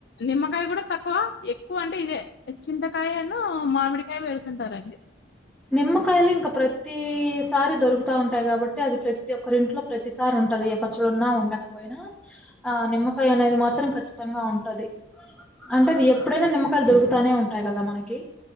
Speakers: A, on the left; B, in the centre.
A: నిమ్మకాయ కూడా తక్కువ ఎక్కువ అంటే ఇదే చింత కాయను మామిడికాయ పెడుతుంటారండి
B: నిమ్మకాయలు ఇంకా ప్రతిసారి దొరుకుతా ఉంటాయి కాబట్టి అది ప్రతి ఒక్కరి ఇంట్లో ప్రతిసారి ఉం ఉంటది ఏ పచ్చలున్నా ఉండకపోయినా ఆ నిమ్మకాయ అనేది మాత్రం ఖచ్చితంగా ఉంటది అంటే అది ఎప్పుడైనా నిమ్మకాయలు దొరుకుతానే ఉంటాయి కదా మనకి